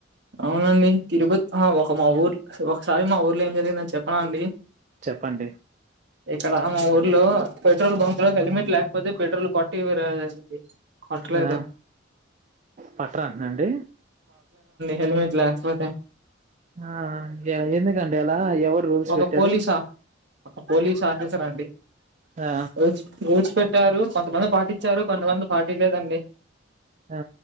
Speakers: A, on the right (about 60°); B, on the right (about 40°).
A: అవునండి తిరుపతి ఒక మా ఊరు ఒకసారి మా ఊర్లో ఏం జరిగిందని చెప్ప అనా అండి
B: చెప్పండి
A: ఇక్కడ మా ఊర్లో పెట్రోల్ బంక్ లో హెల్మెట్ లేక పోతే పెట్రోల్ కొట్టివరాదండి కొట్టలేదు
B: ఆ పట్రా అంట అండి
A: హెల్మెట్ల లేకపోతే
B: ఆ ఎందుకంటడి అలా ఎవరు రూల్స్
A: ఒక
B: పెట్టారు
A: పోలీసా ఒక పోలీస్ ఆఫీసర్ అండి
B: ఆ
A: ర రో చి పెట్టారు కొంతమంది పాటించారు కొంతమంది పాటిలేదండి
B: ఆ